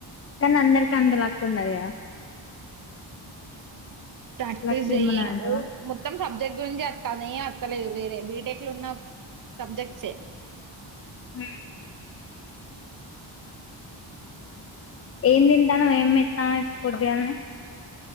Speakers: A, on the left (about 30°); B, on the right (about 40°).
A: కానీ అందరికి అందలా కున్నాయా
B: ప్రాక్టిస్
A: లక్
B: జ
A: ఏమన్నా అంటవా
B: ఓ మొత్తం సబ్జెక్ట్ గురించి వస్తా నేం వత్తలేదు వేరే బీటెక్ లో ఉన్న సబ్జెక్ట్సే
A: హమ్ ఏం తింటాను ఏం ఎత్తాను పొద్దుగాని